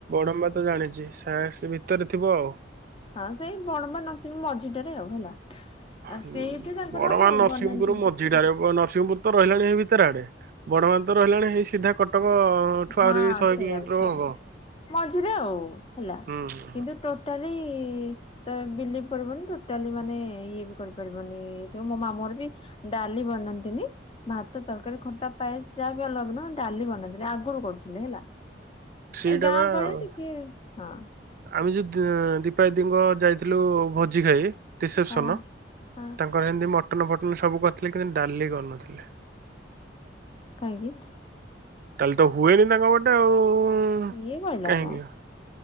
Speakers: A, on the right; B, on the left.
A: ମାମାତ ଜାଣିଛି ସାର୍ଟ ସେଭିତରେ ଥିବ ଆଉ।
B: ହଁ ସେଇ ବଡ଼ମ୍ବା ଓନର ସିଂହ ପୁର ମଝିଟାରେ ଆଉ ହେଲା। ଆଉ
A: ହୁଁ
B: ସେଇଠି ତାଙ୍କର
A: ବଡ଼ମ୍ବା ଓନରସିଂହପୁର
B: ବନାନ୍ତି।
A: ମ ଯିଟାରେ ନରସିଂହପୁର ତ ରହିଲାଣି ହେଇ ଭିତରେ ଆଡେ ବଡମ୍ବା ତ ରହିଲାଣି ହେଇ ସିଧା କଟକ ଠୁ
B: ହଁ
A: ଆହୁରି ଶହେ
B: ସେଇଆଡ଼େସେଇଆଡ଼େମଝିରେ
A: କିଲୋମିଟର ହବ।
B: ଆଉ ହେଲା
A: ହୁଁ
B: କିନ୍ତୁ ଟୋଟା ଟୋଟାଲି ତ ବିଲେଇ ପଡିବନି ଟୋଟାଲି ମାନେ ଇଏ ବି କରିପାରିବନି। ଯଉ ମୋ ମାମୁ ଘର ବି ଡାଲି ବନାନ୍ତିନି। ଭାତ ତରକାରୀ ଖଟା ପାଏସ ଯାହା ବି ହଉଡାଲି ବନାନ୍ତିନିହେଲେ ଆଗରୁ କରୁଥିଲେ ହେଲା।
A: ସେଇଟା
B: ଗାଁ
A: ବା
B: ଗହଳି ଟିକେ ହଁ,।
A: ଆମେ ଯଉ ଦୀପା ଦୀଙ୍କ ଯାଇଥିଲୁ ଭୋଜି ଖାଇ ରିସେପସନ
B: ହଁ
A: ତାଙ୍କ
B: ହଁ
A: ଙ୍କର ଏମିତି ମଟନ ଫଟନ ସବୁ କରିଥିଲେ କିନ୍ତୁ ଡାଲି କରିୁନଥିଲେ।
B: କାହିଁକି?
A: ତାହେଲେ ତ ହୁଏନି ତାଙ୍କ ଗଟେ ଆଉ
B: କିଏ କହିଲା
A: କାହିଁକି।
B: ମ